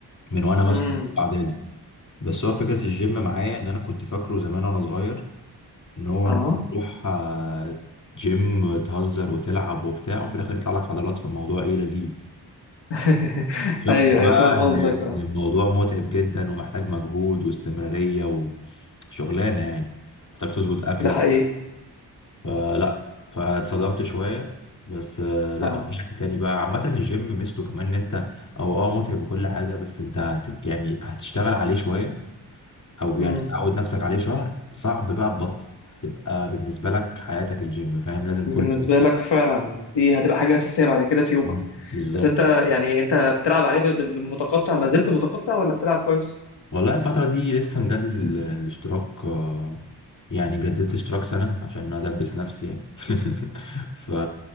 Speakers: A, on the left; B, on the left.
A: من وانا مثلا
B: امم
A: في اعدادي بس هو فكره الجيم معايا ان انا كنت فاكره زمان وانا صغير ان هو
B: اه
A: انت تروح آه، جيم تهزر وتلعب وبتاع وفي الاخر يطلع لك عضلات في الموضوع ايه لذيذ
B: <laughs>
A: شفت
B: ايوه
A: بقى
B: ايوه فاهم
A: ان
B: قصدك
A: إن
B: اه
A: الموضوع متعب جدا ومحتاج مجهود واستمرارية وشغلانة يعني محتاج تظبط اكلك
B: ده حقيقي
A: فلا فاتصدمت شوية بس آه، لا
B: اه
A: رجعت تاني بقى عامة الجيم ميزته كمان ان انت او اه متعب وكل حاجة بس انت هت يعني هتشتغل عليه شوية او
B: مم.
A: يعني تعود نفسك عليه شهر صعب بقى تبطل هتبقى بالنسبه لك حياتك الجيم فاهم لازم
B: بالنسبة
A: كل يوم تروح.
B: لك فعلا دي هتبقى حاجة أساسية بعد كده في يومك
A: نعم. بالظبط
B: بس أنت يعني أنت بتلعب عليه ب- ب- بالمتقطع ما زلت متقطع ولا بتلعب كويس؟
A: والله الفتره دي لسه مجدد ال- الاشتراك آه، يعني جددت اشتراك سنه عشان ادبس نفسي يعني <laughs> ف